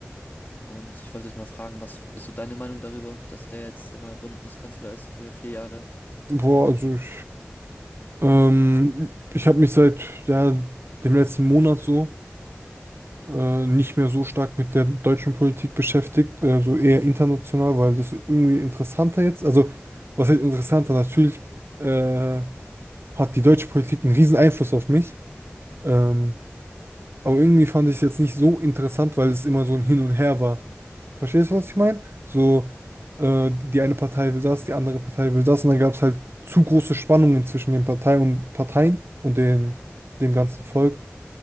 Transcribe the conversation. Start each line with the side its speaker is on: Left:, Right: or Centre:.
Left: Und ich wollte jetzt mal fragen, was ist so deine Meinung darüber, dass der jetzt der neue Bundeskanzler ist für vier Jahre?
Right: Boah, also ich, ähm, ich habe mich seit ja, dem letzten Monat so äh, nicht mehr so stark mit der deutschen Politik beschäftigt, äh, so eher international, weil das irgendwie interessanter jetzt. Also, was heißt interessanter? Natürlich äh, hat die deutsche Politik einen riesen Einfluss auf mich. Ähm, aber irgendwie fand ich es jetzt nicht so interessant, weil es immer so ein Hin und Her war. Verstehst du, was ich meine? So, äh, die eine Partei will das, die andere Partei will das und dann gab es halt zu große Spannungen zwischen den Parteien und Parteien und den, dem ganzen Volk.